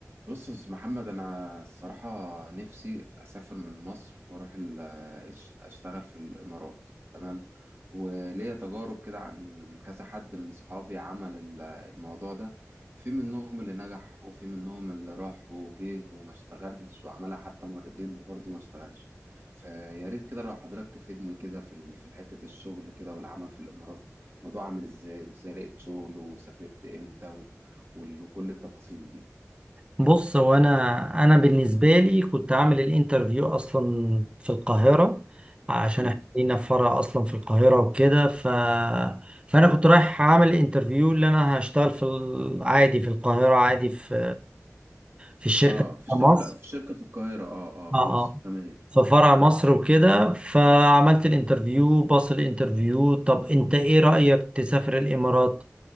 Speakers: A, on the right; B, on the right.
A: بص يا أستاذ محمد انا الصراحه نفسي اسافر من مصر واروح ال- أش- اشتغل في الامارات تمام وليا تجارب كده عن كذا حد من صحابي عمل ال- الموضوع ده في منهم اللي نجح وفي منهم اللي راح وجه وما اشتغلش وعملها حتى مرتين وبرضه ما اشتغلش فيا ريت كده لو حضرتك تفيدني كده في ال- في حته الشغل كده والعمل في الامارات الموضوع عامل ازاي وازاي لقيت شغل وسافرت امتى و- وال- وكل التفاصيل دي
B: بص هو انا انا بالنسبه لي كنت عامل الانترفيو اصلا في القاهره عشان
A: امم.
B: احنا لينا فرع اصلا في القاهره وكده ف فانا كنت رايح عامل انترفيو اللي انا هشتغل في ال- عادي في القاهره عادي في في الشركه
A: اه
B: بتاع
A: في شركة
B: مصر
A: في شركة في القاهرة اه اه في
B: اه
A: مصر
B: اه
A: تمام
B: في فرع مصر وكده فعملت الانترفيو باص الانترفيو طب انت ايه رايك تسافر الامارات